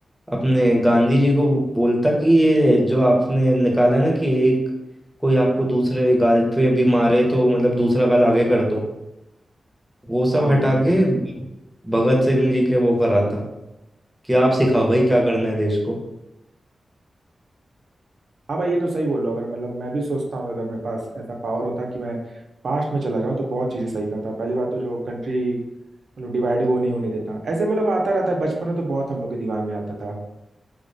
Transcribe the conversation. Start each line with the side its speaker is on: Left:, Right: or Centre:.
Centre: अपने गांधी जी को बोलता कि ये जो आपने निकाला ना कि एक कोई आपको दूसरे गाल पे भी मारे तो मतलब दूसरा गाल आगे कर दो वो सब
Right: हाँ भाई
Centre: हटा
Right: हाँ ये
Centre: के भगत सिंह जी के वो कराता कि आप सिखाओ भाई क्या करना है देश को
Right: हाँ भाई ये तो सही बोल रहे हो अगर मतलब मैं भी सोचता हूँ कि अगर मेरे पास ऐसा पावर होता कि मैं पास्ट में चला जाऊँ तो बहुत चीजें सही करता पहली बात तो जो कंट्री मतलब डिवाइड वो नहीं होने देता ऐसे मतलब आता रहता है बचपन में तो बहुत हम लोग के दिमाग में आता था